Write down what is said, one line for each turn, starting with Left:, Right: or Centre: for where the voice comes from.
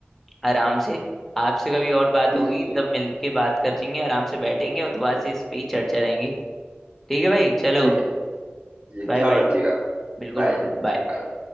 Centre: आराम से आपसे कभी और बात
Right: ठीक
Centre: होगी
Right: है
Centre: तब मिलके बात करेंगे आराम से बैठेंगे और दोबारा से इस पे ही चर्चा रहेंगी ठीक है भाई चलो
Right: ठीक है जी
Centre: Bye
Right: ख्याल
Centre: bye
Right: रखिएगा
Centre: बिल्कुल
Right: Bye
Centre: बिल्कुल बाय
Right: bye